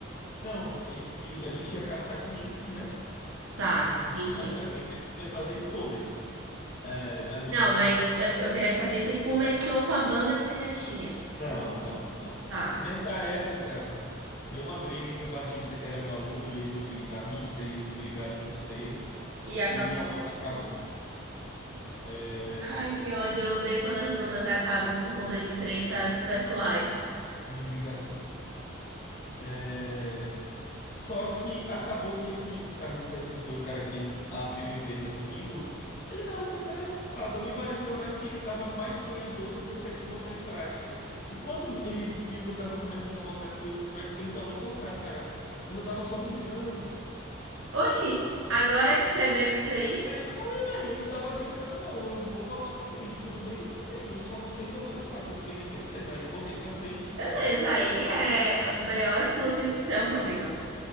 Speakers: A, on the left (about 40°); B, on the right (about 85°).
A: Não, ele- a gente ia captar clientes, né?
B: Tá,
A: A gente
B: entendi.
A: ia captar clientes, ele ia fazer de todas, é, as bandas
B: Não,
A: que
B: mas
A: a gente
B: eu
A: captar.
B: eu queria saber se começou com a banda que você já tinha.
A: Não, não, não.
B: Tá.
A: Nessa época, deu uma briga entre o baixista que era meu aluno e esse outro guitarrista, e eles brigaram muito feio,
B: E acabou.
A: e a banda acabou. É.
B: Ai, que ódio. Eu odeio quando as bandas acabam por conta de tretas pessoais.
A: Não diga não. É, Só que acabou que esse guitarrista que foi o cara que abriu a empresa comigo, ele estava desinteressado. Me pareceu mais que ele estava mais sonhador do que querendo botar em prática. E quando ele viu que eu estava começando a botar as coisas em prática, ele falou: "Pô, cara, mas eu estava só brincando".
B: Oxi, agora que você vem me dizer isso?
A: Aí eu falei: "Véi, eu não estava brincando não. Eu vou botar para frente. Tudo bem, ele tudo bem. Eu só não sei se eu vou entrar. Tudo bem, eu, beleza". Aí eu botei para frente.
B: Beleza, aí é um B O exclusivo seu, meu amigo.